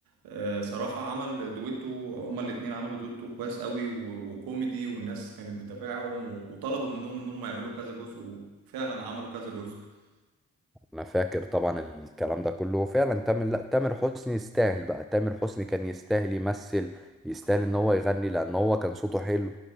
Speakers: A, on the right; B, in the centre.
A: آه، صراحة عمل دويتو هما الاتنين عملوا دويتو كويس قوي و... وكوميدي والناس كانت بتتابعهم و... وطلبوا منهم ان هم يعملوا كذا جزء وفعلا عملوا كذا جزء
B: انا فاكر طبعا الكلام ده كله فعلا تامر لا تامر حسني يستاهل بقى تامر حسني كان يستاهل يمثل يستاهل ان هو يغني لان هو كان صوته حلو